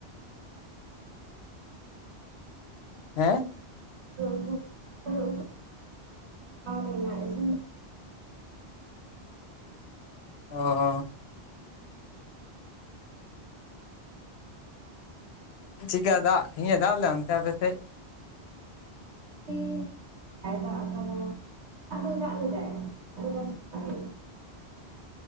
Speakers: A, on the left; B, on the right.
A: ᱦᱮᱸ
B: <unintelligible>
A: ᱚᱸ ᱪᱤᱠᱟ ᱫᱟᱜ ᱛᱮᱦᱮᱧ ᱮᱸ ᱫᱟᱜ ᱞᱮᱫᱟ ᱚᱱᱛᱮ ᱟᱯᱮᱥᱮᱫ?
B: <inaudible> ᱞᱮᱫᱟᱭ ᱥᱮᱛᱟᱜ ᱨᱮ